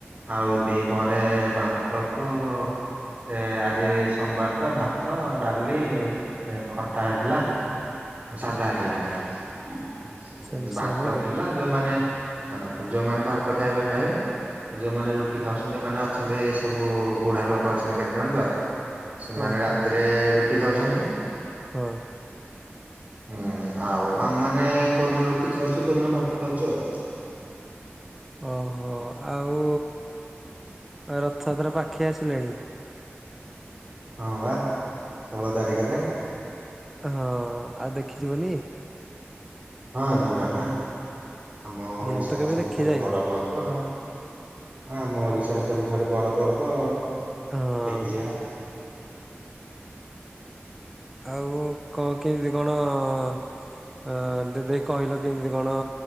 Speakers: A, on the right (about 30°); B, in the centre.
A: ଆଉ ଦି ପରେ ଭାତ ଟକୁ ସେ ଆଜି ସୋମବାର ତ ଭାତ ଡାଲି ଖଟା ହେଇଥିଲା। ସାଧା ହେଇଥିଲା ଆଜି
B: ସେମ
A: ଭାତ
B: ସେମ ଆଉ
A: ଥିଲା ଯୋଉମାନେ-ଯୋଉମାନେ ଭାତ ଖାଇବେ-ଖାଇବେ ଯୋଉମାନେ ରୁଟି ଖାଉଛନ୍ତି ମାନେ ଅଛନ୍ତି ସବୁ ବୁଢା ଲୋକ ଅଛନ୍ତି କେତେଜଣ ତ ସେମାନେ
B: ଓହୋ
A: ରାତିରେ ରୁଟି ଖାଉଛନ୍ତି।
B: ହଁ।
A: ହୁଁ ଆଉ ଆମମାନେ କୋଉଦିନ ରୁଟି ଖାଉଛୁ କୋଉଦିନ ଭାତ ଖାଉଛୁ ଆଉ।
B: ଓହୋ ଆଉ ରଥଯାତ୍ରା ପାଖେଇ ଆସିଲାଣି।
A: ହଁ ବା ଷୋଳ ତାରିଖେରେ।
B: ହଁ ଆଉ ଦେଖିଯିବୁନି?
A: ହଁ ଯିବା ନା ଆମ ଓଡିଶାର
B: ମୁଁ ତ କେବେ
A: ସବୁଠାରୁ
B: ଦେଖି ଯାଇନି
A: ବଡ ପର୍ବ। ଆମ ଓଡିଶାର ସବୁଠାରୁ ବଡ ପର୍ବ ଆଉ
B: ହଁ
A: ଦେଖିଯିବା।
B: ଆଉ କଣ କେମିତି କଣ ଅ ଦିଦି କହିଲ କେମିତି କଣ